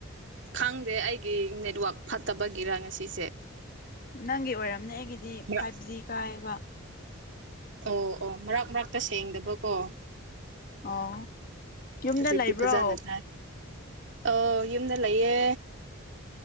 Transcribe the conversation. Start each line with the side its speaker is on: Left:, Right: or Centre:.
Right: ꯈꯪꯗꯦ ꯑꯩꯒꯤ ꯅꯦꯠꯋꯥꯛ ꯐꯠꯇꯕꯒꯤꯔ ꯉꯁꯤꯁꯦ
Left: ꯅꯪꯒꯤ ꯑꯣꯏꯔꯝꯅꯦ ꯑꯩꯒꯤꯗꯤ
Right: ꯃꯔꯛ
Left: ꯐꯥꯏꯚ ꯖꯤ ꯀꯥꯏꯌꯦꯕ
Right: ꯑꯣ ꯑꯣ ꯃꯔꯛ ꯃꯔꯛꯇ ꯁꯦꯡꯗꯕꯀꯣ
Left: ꯑꯣ ꯌꯨꯝꯗ
Right: ꯍꯧꯖꯤꯛꯇꯤ
Left: ꯂꯩꯕ꯭ꯔꯣ
Right: ꯐꯖꯅ ꯇꯥꯏ ꯑꯣ ꯌꯨꯝꯗ ꯂꯩꯌꯦ